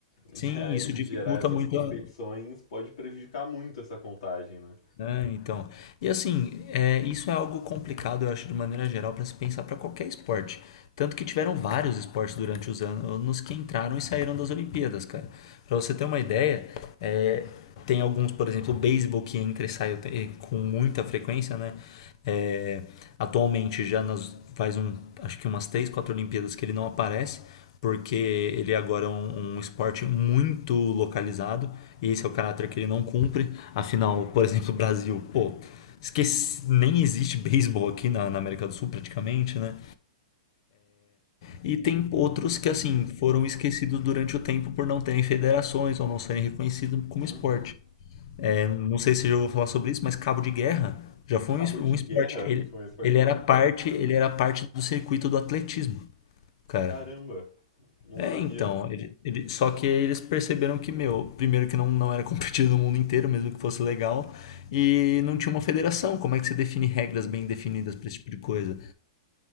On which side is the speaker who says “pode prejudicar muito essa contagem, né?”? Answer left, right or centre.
Left